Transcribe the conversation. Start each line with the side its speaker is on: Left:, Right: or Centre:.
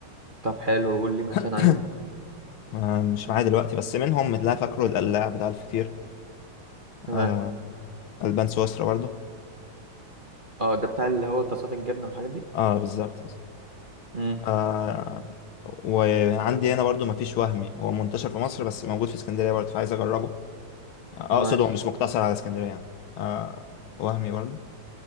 Right: طب حلو قول لي مثلا
Left: <coughs>
Right: عليهم
Left: آه مش معايا دلوقتي بس منهم اللي أنا فاكره القلاع بتاع الفطير
Right: تمام
Left: آه ألبان سويسرا برضو
Right: اه ده بتاع اللي هو طاسات الجبنة والحاجات دي
Left: اه بالظبط
Right: امم
Left: آه وعندي هنا برضو مفيش وهمي هو منتشر في مصر بس موجود في اسكندرية برضو فعايز أجربه يعني
Right: ماشي
Left: أقصد هو مش مقتصر على اسكندرية يعني آه وهمي برضو